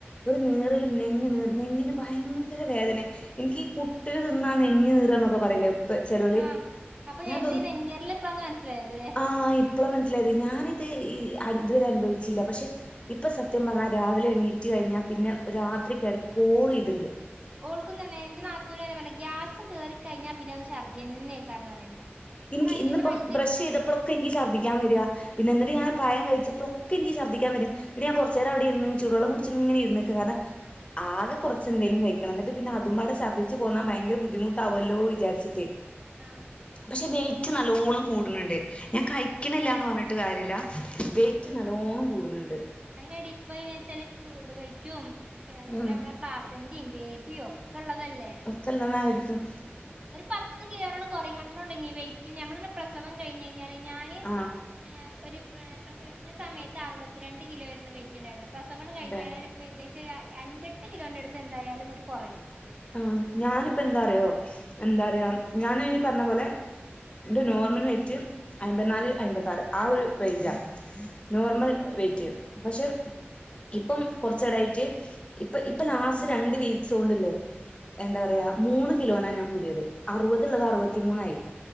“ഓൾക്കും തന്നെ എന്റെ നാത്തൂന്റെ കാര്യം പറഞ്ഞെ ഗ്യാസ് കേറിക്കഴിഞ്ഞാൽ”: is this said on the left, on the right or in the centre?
Right